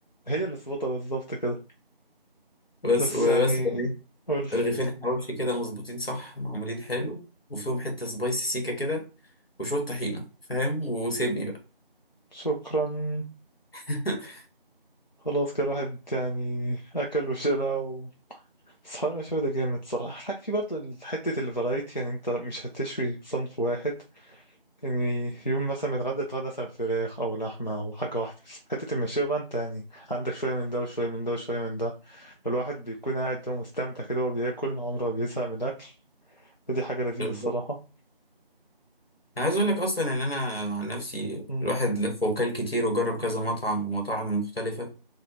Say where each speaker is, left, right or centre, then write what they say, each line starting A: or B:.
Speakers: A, on the left (about 50°); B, on the left (about 75°).
A: هي اللي ظبطها بالظبط كده
B: بس
A: بس
B: وبس
A: يعني
B: لما يكون
A: قولي
B: رغيفين حواوشي كده مظبوطين صح معمولين حلو وفيهم حتة سبايسي سيكة كده وشوية طحينة فاهم وسيبني بقى
A: شكرا
B: <laughs>
A: خلاص كده الواحد يعني أكل وشبع و- بس حوالي مشوي ده جامد صراحة الحاجة في برضه حتة الفرايتي يعني أنت مش هتشوي صنف واحد يعني يوم مثلا اتغدى اتغدى مثلا فراخ أو لحمة أو حاجة واحدة حتة المشوية بقى أنت يعني عندك شوية من ده وشوية من ده وشوية من ده الواحد بيكون قاعد هو مستمتع كده وهو بياكل عمره ما بيزهق من الأكل فدي حاجة لذيذة
B: بالظبط
A: الصراحة
B: انا عايز اقول لك اصلا ان انا عن نفسي
A: مم.
B: الواحد لف وكل كتير وجرب كذا مطعم ومطاعم مختلفه